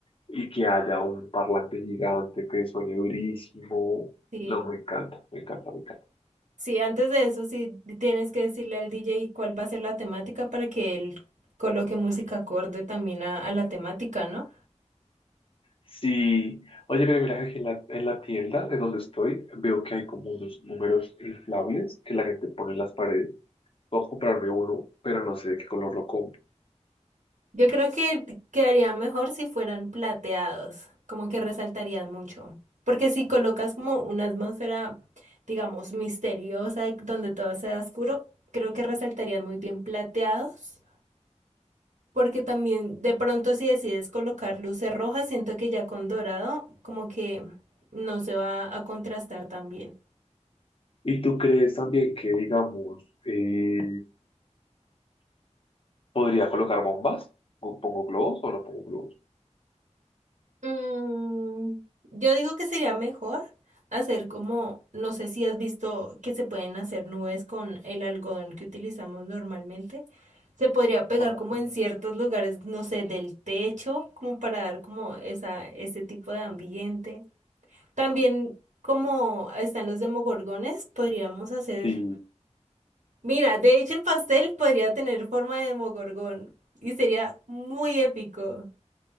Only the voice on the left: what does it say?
y que haya un parlante gigante que suene durísimo.
No, me encanta, me encanta, me encanta.
Sí, oye, pero mira que aquí en la, en la tienda de donde estoy veo que hay como unos números inflables que la gente pone en las paredes. Voy a comprarme uno, pero no sé de qué color lo compro.
¿Y tú crees también que, digamos, eh, Podría colocar bombas. ¿Pongo globos o no pongo globos?
Ah,
sí.
Y,